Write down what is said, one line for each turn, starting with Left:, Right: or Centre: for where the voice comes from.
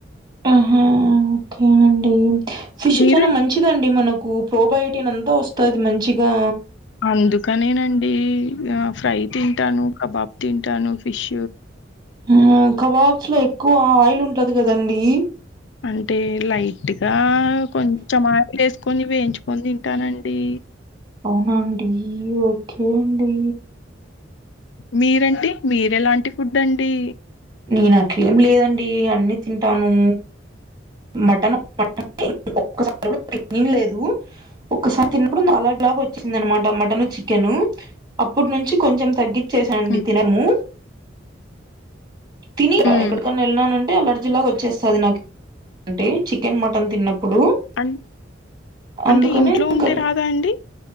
Right: ఆహా ఓకే అండి ఫిష్
Left: మీరు
Right: చానా మంచిది అండి మనకు పోబయోటిన్ అంతా వస్తది మంచిగా
Left: అందుకనేనండి ఫ్రై తింటాను కబాబ్ తింటాను ఫిష్
Right: ఆ కబాబ్స్ లో ఎక్కువ ఆయిల్ ఉంటది కదండి
Left: అంటే లైట్గా కొంచెం ఆయిల్ వేసుకొని వేయించుకొని తింటానండి
Right: అవునా అండి ఓకే అండి
Left: మీరంటి మీరు ఎలాంటి ఫుడ్ అండి
Right: నేను అట్లా ఏం లేదండి అన్ని తింటాను మటన్ <inaudible> తన్లేదు ఒసారి తిన్నప్పుడు అలర్జీ లాగా వచ్చింది అనమాట మటన్ చికెన్ అప్పుడు అప్పుడు నుంచి కొంచెం తగ్గచ్చేసానండి
Left: హ్మ్.
Right: తినము తిని
Left: హ్మ్.
Right: ఎక్కడికన్నా వెళ్ళానాను అంటే అలర్జీలాగా వచ్చేస్తుంది నాకు అంటే చికెన్ మటన్ తిన్నప్పుడు ప్పుడు
Left: అన్
Right: అందుకని
Left: అంటే ఇంట్లో ఉంటే
Right: తిన్ను
Left: రాదా అండి?